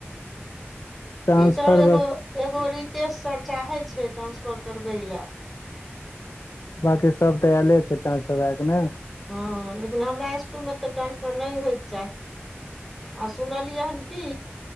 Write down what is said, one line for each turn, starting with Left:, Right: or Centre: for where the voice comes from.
Left: ट्रांसफर
Centre: टीचर एगो एगो रितेश सर चाहे छै ट्रांसफर करबे ल
Left: बकी सभ तऽ आयले छै ट्रांसफर भएके नय
Centre: हँ लेकिन हमरा इसकुलमे तऽ ट्रांसफर नहि होइके चाही। आ सुनलियै हन कि